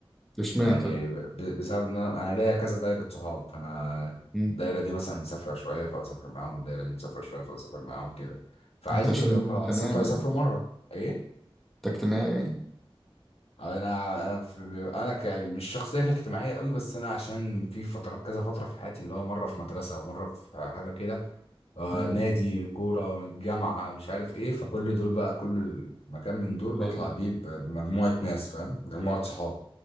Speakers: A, in the centre; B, on the left (about 85°).
A: اشمعنى
B: يعني
A: طيب
B: ب... بسبب ان انا انا ليا كذا دايره صحاب فانا
A: م.
B: الدايره دي مثلا مسافره شويه فبسافر معاهم والدايره دي مسافره شويه فبسافر معاهم كده فعيلتي
A: انت عشان
B: اللي
A: انت
B: هم
A: اجتماعي
B: لو هيسافروا
A: يعني
B: هيسافروا مره ايه
A: انت اجتماعي يعني
B: انا انا في انا ك... مش شخصيه كانت اجتماعيه قوي بس انا عشان في فتره كذا فتره في حياتي اللي هو مره في مدرسه ومره في حاجه كده آه
A: ايوه
B: نادي كوره جامعه مش عارف ايه فكل دول بقى كل مكان من دول
A: ايوه
B: بطلع
A: أيوة.
B: بيه ب- بمجموعه ناس فاهم مجموعه صحاب